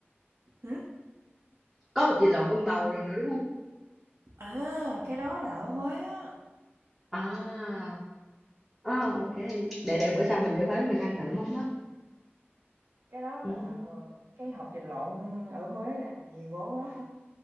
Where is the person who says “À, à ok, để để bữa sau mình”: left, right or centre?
Centre